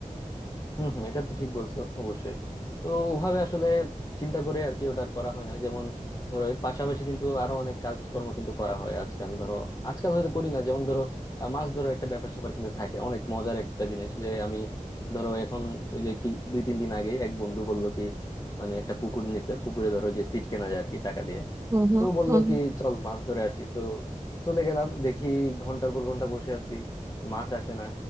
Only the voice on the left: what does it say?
হম হম এটা তো ঠিক বলছো অবশ্যই তো ওভাবে আসলে চিন্তা করে আর কি ওটা আর করা হয় না যেমন ধরো এর পাশাপাশি কিন্তু আরো অনেক কাজকর্ম কিন্তু করা হয় আজকাল ধরো আজকাল হয়তো করি না যেমন ধরো আহ, মাছ ধরো একটা ব্যাপার স্যাপার কিন্তু থাকে অনেক মজার একটা জিনিস যে আমি ধরো এখন ওই যে কি দুই তিন দিন আগে এক বন্ধু বললো কি মানে একটা পুকুর নিছে পুকুরে ধরো যে সিট কেনা যায় আর কি টাকা দিয়ে
তো বললো
কি চল মাছ ধরে আসি তো চলে গেলাম দেখি ঘন্টার পর ঘন্টা বসে আছি মাছ আসে না